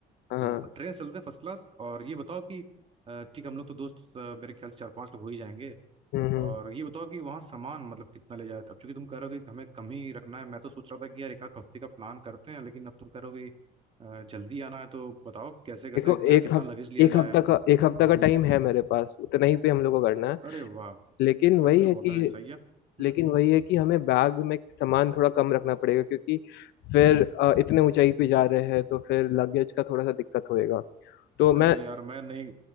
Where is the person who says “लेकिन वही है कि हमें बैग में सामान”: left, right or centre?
Left